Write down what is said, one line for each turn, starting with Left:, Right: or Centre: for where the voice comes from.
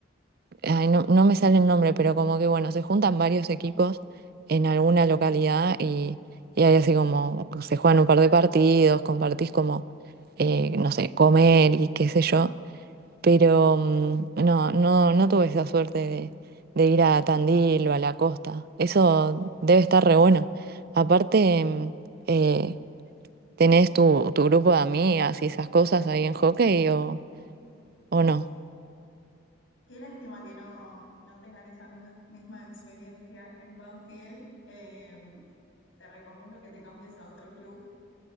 Right: ay, no, no me sale el nombre, pero como que bueno, se juntan varios equipos en alguna localidad y, y hay así como, se juegan un par de partidos, compartís como, eh, no sé, comer y qué sé yo, pero mm, no, no, no tuve esa suerte de, de ir a Tandil o a la costa, eso debe estar re bueno. Aparte, mm, eh, ¿tenés tu, tu grupo de amigas y esas cosas ahí en hockey o, o no?
Left: Qué lástima que no, no tengan esa misma, misma experiencia en Banfield. Eh, te recomiendo que te cambies a otro club,